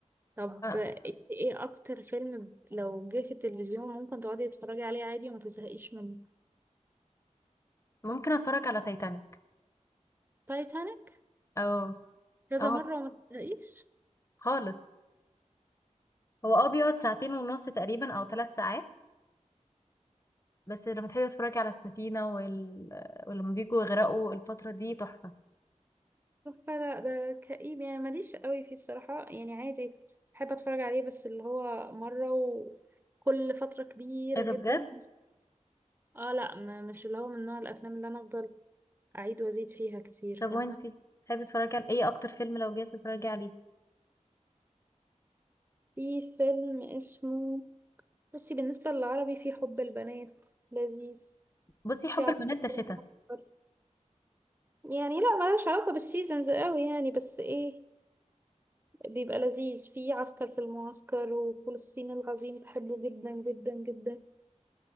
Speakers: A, on the right; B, on the left.
A: طب
B: آه.
A: انت ايه اكتر فيلم ب- لو جه في التلفزيون ممكن تقعدي تتفرجي عليه عادي وما تزهقيش منه
B: ممكن اتفرج على تايتانيك
A: تايتانيك
B: او
A: كذا
B: او
A: مرة وما تزهقيش
B: خالص هو اه بيقعد ساعتين ونص تقريبا او ثلاث ساعات بس لما تحبي تتفرجي على السفينة وال... ولما بيجوا يغرقوا الفترة دي تحفة
A: فلا ده كئيب يعني ماليش قوي فيه الصراحة يعني عادي بحب اتفرج عليه بس اللي هو مرة وكل فترة كبيرة
B: ايه ده
A: جدا
B: بجد
A: اه لا ما مش اللي هو من نوع الافلام اللي انا افضل اعيد وازيد فيها كتير
B: طب
A: فاهمة
B: وانتي تحبي تتفرجي على ايه اكتر فيلم لو جيت تتفرجي عليه
A: في فيلم اسمه بصي بالنسبة للعربي في حب البنات لذيذ
B: بصي حب
A: في عسكر
B: البنات ده
A: في
B: شتا
A: المعسكر يعني لا ملهاش علاقة بالسيزونز قوي يعني بس ايه بيبقى لذيذ في عسكر في المعسكر وفول الصين العظيم بحبه جدا جدا جدا